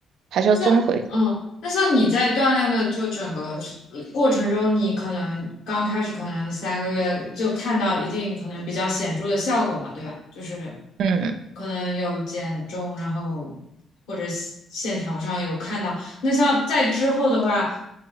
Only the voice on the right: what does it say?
还是要综合一下
嗯，